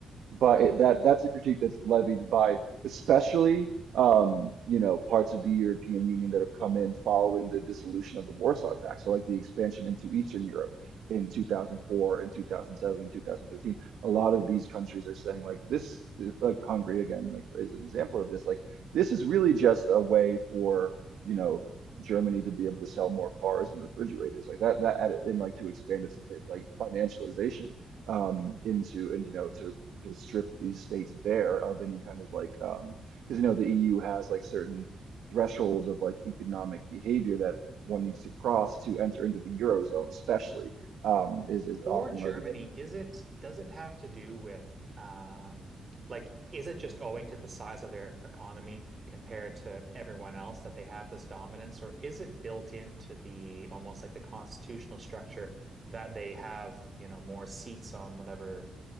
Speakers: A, on the right; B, on the right.
A: but it, that that's a critique that's levied by especially um, you know parts of the European Union that have come in following the dissolution of the Warsaw Pact. So like the expansion into Eastern Europe in 2004 and 2007 and 2013. A lot of these countries are saying like this, is- like Hungary again, like is an example of this. Like this is really just a way for you know. Germany to be able to sell more cars and refrigerators like that that added and like to expand its it, like financialization um into and you know to to strip these states bare of any kind of like um because you know the EU has like certain thresholds of like economic behavior that one needs to cross to enter into the Eurozone, especially um is is
B: For
A: often
B: Germany,
A: levied at.
B: is it does it have to do with um, like is it just owing to the size of their economy compared to everyone else that they have this dominance, or is it built into the almost like the constitutional structure that they have, you know, more seats on whatever